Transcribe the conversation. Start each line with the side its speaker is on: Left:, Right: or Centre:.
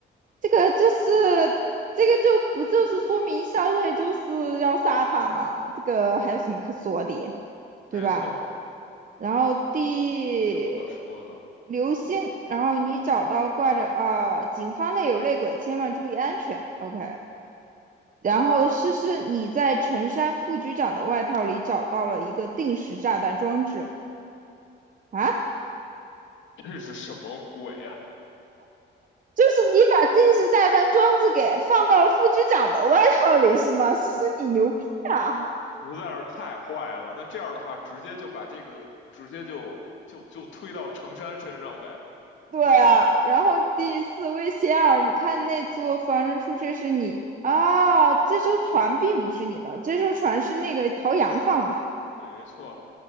Right: 这个就是这个就不就是说明肖瑞就是要杀他嘛？这个还有什么可说的，
Left: 没错，
Right: 对吧？然后第
Left: 你什么可说的。
Right: 流星，然后你找到挂着啊、警方内有内鬼，千万注意安全。OK，然后诗诗，你在陈山副局长的外套里找到了一个定时炸弹装置啊？
Left: <laughs> 这是什么鬼呀、
Right: 就是你把定时炸弹装置给放到了副局长的外套里是吗？诗诗，你牛逼啊！
Left: 实在是太坏了。那这样的话，直接就把这个直接就就就推到程山身上呗。
Right: 对啊，然后第四位仙儿，你看那座防人出车是你啊，哦这艘船并不是你的，这艘船是那个陶阳放的。
Left: 没错，